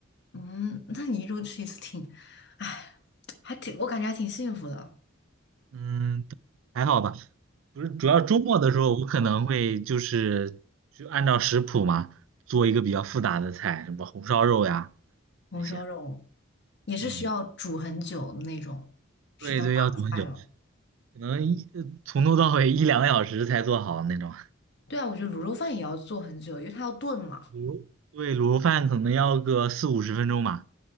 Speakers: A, on the left (about 60°); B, on the right (about 70°).
A: 嗯，那你一周吃一次挺，哎，还挺，我感觉还挺幸福的。
B: 嗯，还好吧。不是，主要周末的时候，我可能会就是去按照食谱嘛，做一个比较复杂的菜，什么红烧肉呀
A: 红烧肉
B: 那些。
A: 也是需要煮很久的那种，
B: 嗯，
A: 是道大菜了。
B: 对对，要煮很久，可能一呃从头到尾一两个小时才做好那种。
A: 对啊，我觉得卤肉饭也要做很久，因为它要炖嘛。
B: 卤肉对，卤肉饭可能要个四五十分钟吧。